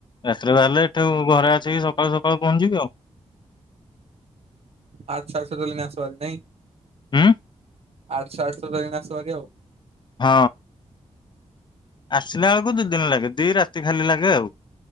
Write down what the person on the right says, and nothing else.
<unintelligible>
ଆଠଶହ ଆଠଶହ ଧରିି କିନା ଆସ <unintelligible>